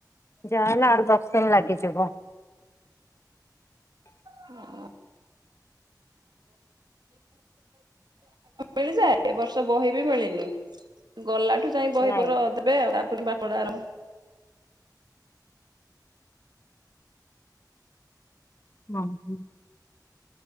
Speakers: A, on the left; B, on the right.
A: ଯାହା ହଉ ନା ଆଠ ଦଶ ଦିନ ଲାଗି ଯିବ।
B: <unintelligible> ମିଳିଯାଏ ଏ ବର୍ଷ ବହି ବି ମିଳିନି। ଗଲାଠୁ ଯାଇ ବହିପର
A: ନାଇଁ
B: ଦେବେ। ଆଉ ଆପଣ ପଡ଼ାର
A: ହଁ ହଁ।